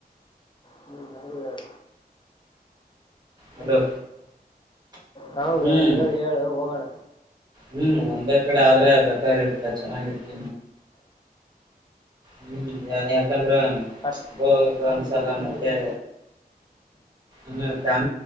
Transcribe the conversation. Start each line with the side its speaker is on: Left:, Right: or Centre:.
Left: ಹ್ಮ್ ಹ ಯಾರ
Right: ಹಲೋ
Left: ಹೌದೌದು
Right: ಹ್ಮ್
Left: ಹೇಳು ಹೇಳ ಏ ಹೋಗೋಣ
Right: ಹ್ಮ್ ಒಂದೇ ಪೀಡೆ ಆದ್ರೆ ಬೆಟರ್ ಇರ್ತ್ತೆ ಚೆನ್ನಾಗಿರ್ತ ಹ್ಮ್ ಎತ ರಾಮ್
Left: ಕಟ್
Right: ಬ ರಂಗ್ ಸಾಲ ಮತ್ತೆ ಹ್ಮ್ ಸಾನ